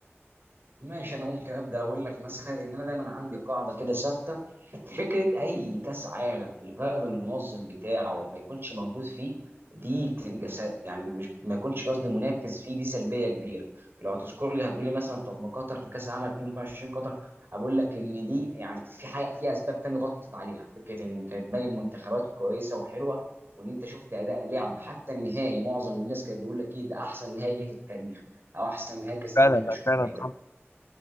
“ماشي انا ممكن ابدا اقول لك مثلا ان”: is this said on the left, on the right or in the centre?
Right